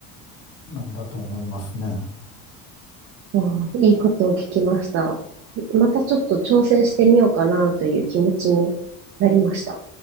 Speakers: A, on the left (about 45°); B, on the right (about 40°).
A: なんだと思いますね。
B: わあ、いいことを聞きました。またちょっと挑戦してみようかなという気持ちになりました。